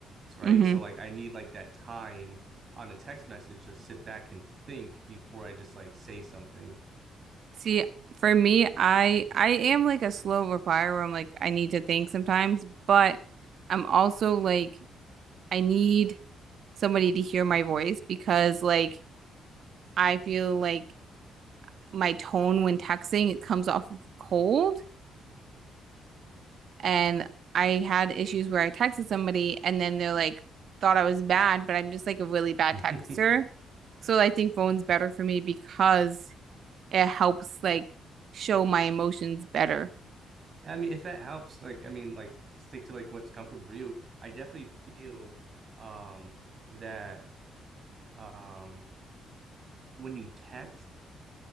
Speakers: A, on the right; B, on the right.
A: right?
B: hmm
A: So like I need like that time on a text message to sit back and think before I just like say something.
B: See, for me, I I am like a slow replier where I'm like I need to think sometimes, but I'm also like I need somebody to hear my voice because like I feel like my tone when texting it comes off cold and I had issues where I texted somebody and then they're like thought I was bad, but I'm just like a really
A: <laughs>
B: bad
A: I
B: texter. So I think phone's better for me because it helps like show my emotions better.
A: mean, if that helps, like I mean, like stick to like what's comfortable for you. I definitely feel um that um when you text,